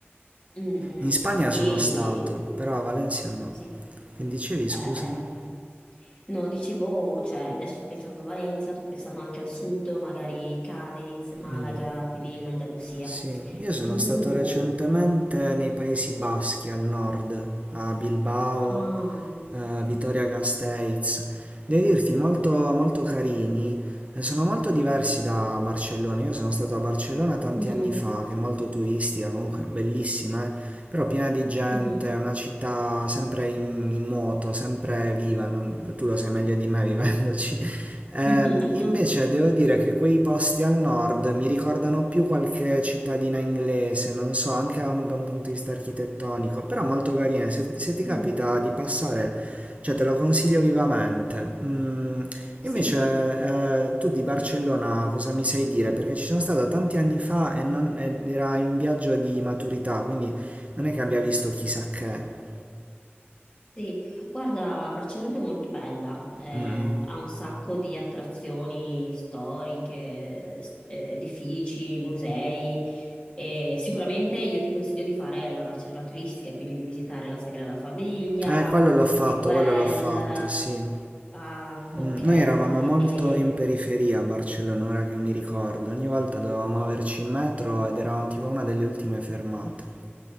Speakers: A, on the left (about 25°); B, on the right (about 30°).
A: Mm, mm.
B: In Spagna
A: E
B: sono stato, però a Valencia no.
A: sì,
B: Che dicevi,
A: eh,
B: scusami?
A: eh. No, dicevo, cioè, adesso sto pensando a Valenza, sto pensando anche al sud, magari Cadiz, Malaga,
B: Mm.
A: quindi l'Andalusia.
B: Sì, io sono
A: Tu...
B: stato recentemente nei Paesi Baschi al nord, a Bilbao
A: Ah,
B: eh, Vittoria Gasteiz, devo dirti molto, molto carini, eh, sono molto diversi da Barcellona, io sono stato a Barcellona tanti
A: mm,
B: anni fa, che è molto turistica, comunque bellissima, eh, però piena di gente,
A: mhm.
B: è una città sempre in, in moto, sempre viva, non- tu lo sai meglio di me vivendoci. <laughs> Ehm,
A: <laughs>
B: invece devo dire che quei posti al nord mi ricordano più qualche cittadina inglese, non so, anche da un, da un punto di vista architettonico, però molto carine. Se, se ti capita
A: Mm.
B: di passare, cioè, te lo consiglio vivamente. Mm,
A: Sì.
B: invece, eh, tu di Barcellona cosa mi sai dire? Perché ci sono stato tanti anni fa e non, ed era in viaggio di maturità, quindi non è che abbia visto chissà che.
A: Sì, guarda, Barcellona è molto bella, eh,
B: Mm.
A: ha un sacco di attrazioni storiche, s- eh, edifici, musei e sicuramente io ti consiglio di fare la Barcellona turistica, quindi di visitare la Sagrada Famiglia,
B: Eh, quello l'ho
A: Parque
B: fatto,
A: Güell.
B: quello l'ho fatto, sì.
A: Ah, ok.
B: Mm, Noi eravamo molto
A: E-
B: in periferia a Barcellona, ora che mi ricordo. Ogni volta dovevamo averci in metro ed eravamo tipo una delle ultime fermate.